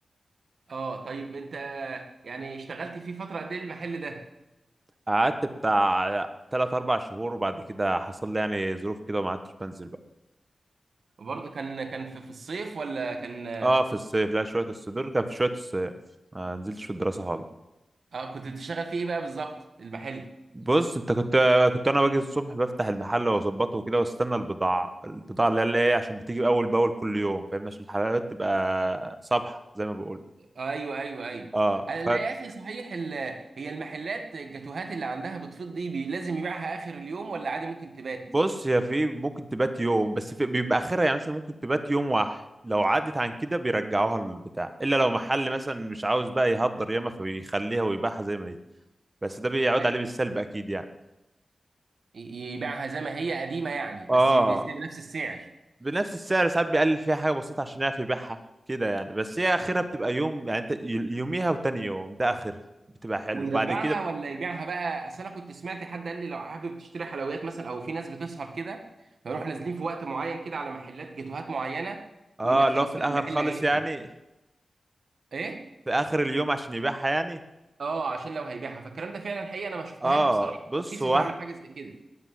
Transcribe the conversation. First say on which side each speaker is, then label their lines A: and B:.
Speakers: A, on the right; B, on the right.
A: اه طيب انت يعني اشتغلت فيه فتره قد ايه المحل ده
B: قعدت بتاع تلات اربع شهور وبعد كده حصل لي يعني ظروف كده وما عدتش بنزل بقى
A: وبرضه كان كان في, في الصيف ولا كان
B: اه في الصيف لا شويه الصيف دول كان في شويه الصيف ما نزلتش في الدراسه خالص
A: اه كنت بتشتغل فيه ايه بقى بالظبط المحل
B: بص انت كنت كنت انا باجي الصبح بفتح المحل واظبطه وكده واستنى البضاعه البضاعه اللي هي اللي هي عشان بتيجي اول باول كل يوم فاهمني عشان الحلقات تبقى صبح زي ما بقول
A: ايوه ايوه ايوه
B: اه
A: أنا- لا
B: ف...
A: يا اخي صحيح ال... هي المحلات الجاتوهات اللي عندها بتفيض دي بي... لازم يبيعها اخر اليوم ولا عادي ممكن تبات
B: بص هي في ممكن تبات يوم بس في بيبقى اخرها يعني مثلا ممكن تبات يوم واحد لو عدت عن كده بيرجعوها للبتاع الا لو محل مثلا مش عاوز بقى يهدر ياما فبيخليها ويبيعها زي ما هي بس ده بيعود
A: هل-
B: عليه بالسلب اكيد يعني
A: ي- يبيعها زي ما هي قديمه يعني بس
B: اه
A: بس- بنفس السعر
B: بنفس السعر ساعات بيقلل فيها حاجه بسيطه عشان يعرف يبيعها كده يعني بس هي اخرها بتبقى يوم يعني انت ي- يوميها وتاني يوم ده اخر بتبقى حلو
A: ويرجعها
B: بعد كده
A: ولا يبيعها بقى اصل انا كنت سمعت حد قال لي لو حابب تشتري حلويات مثلا او في ناس بتسهر كده فيروح نازلين في وقت معين كده على محلات جاتوهات معينه
B: اه
A: ويقول لك
B: اللي
A: خلاص
B: هو في الاخر
A: كده المحل
B: خالص
A: هيقفل
B: يعني
A: ايه
B: في اخر اليوم عشان يبيعها يعني
A: اه عشان لو هيبيعها فالكلام ده فعلا حقيقه انا ما شفتهاش
B: اه
A: بصراحه
B: بص
A: كيسف
B: هو
A: هعمل حاجه زي كده